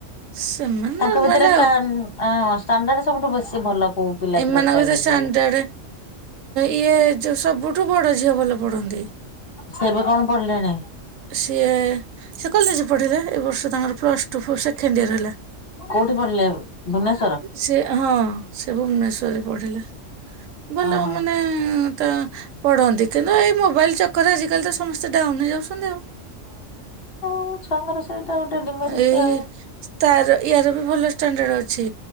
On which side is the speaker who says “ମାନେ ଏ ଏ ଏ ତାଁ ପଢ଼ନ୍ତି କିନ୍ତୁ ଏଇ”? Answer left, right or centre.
Right